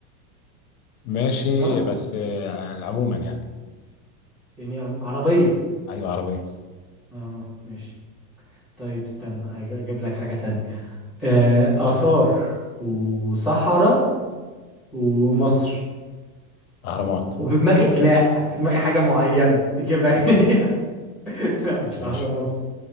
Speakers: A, on the left; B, in the centre.
A: ماشي
B: غلط
A: بس آه عموما يعني
B: يعني عم- عربية
A: أيوة عربية
B: اه ماشي طيب استنى أج- أجيب لك حاجة تانية آه آثار وصحراء ومصر
A: أهرامات
B: وفي دماغي لا في دماغي حاجة معينة تجيبها <laughs> هي. لا مش
A: ماشي
B: أهرامات